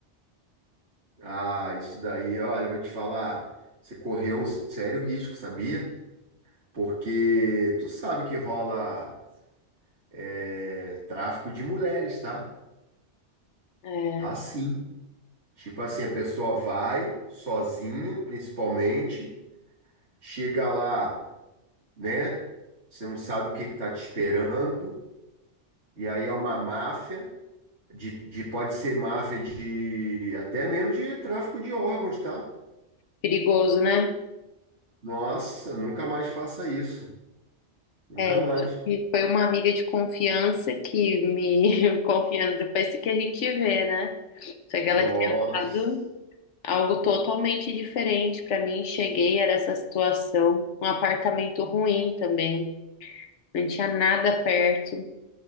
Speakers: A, on the right (about 70°); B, on the left (about 80°).
A: Ah, isso daí, olha, eu vou te falar, você correu um sério risco, sabia? Porque tu sabe que rola é, tráfico de mulheres, tá?
B: É,
A: Assim. Tipo assim, a pessoa vai sozinha, principalmente, chega lá, né? Você não sabe o que que tá te esperando, e aí é uma máfia de, de pode ser máfia de até mesmo de tráfico de órgãos, tá?
B: perigoso, né?
A: Nossa, nunca mais faça isso. Nunca
B: É,
A: mais.
B: e foi uma amiga de confiança que me <laughs> confiança depois que a gente vê, né? Só que
A: Nossa.
B: ela tinha dado algo totalmente diferente pra mim. Cheguei, era essa situação, um apartamento ruim também, não tinha nada perto.